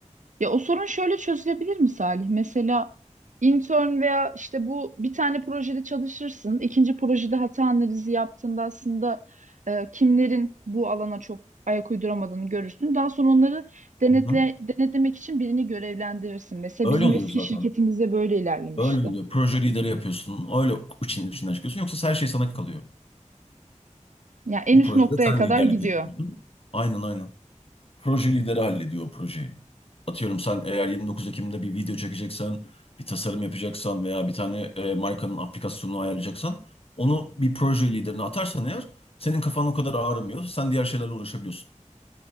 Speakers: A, on the right (about 75°); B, on the left (about 50°).
A: Ya o sorun şöyle çözülebilir mi Salih? Mesela intern veya işte bu bir tane projede çalışırsın. ikinci projede hata analizi yaptığında aslında e, kimlerin bu alana çok ayak uyduramadığını görürsün. Daha sonra onları denetle,
B: hı
A: denetlemek için birini görevlendirirsin. Mesela
B: Öyle
A: bizim
B: oluyor
A: eski
B: zaten.
A: şirketimizde böyle ilerlemişti.
B: Öyle oluyor. Proje lideri yapıyorsun. Öyle için içinden çıkıyorsun. Yoksa her şey sana kalıyor.
A: Ya en
B: Bu
A: üst
B: projede
A: noktaya
B: sen
A: kadar
B: liderlik
A: gidiyor.
B: ediyorsun. Aynen aynen. Proje lideri hallediyor o projeyi. Atıyorum sen eğer yirmi dokuz Ekim'de bir video çekeceksen, bir tasarım yapacaksan veya bir tane e, markanın aplikasyonunu ayarlayacaksan onu bir proje liderine atarsan eğer senin kafan o kadar ağrımıyor. Sen diğer şeylerle uğraşabiliyorsun.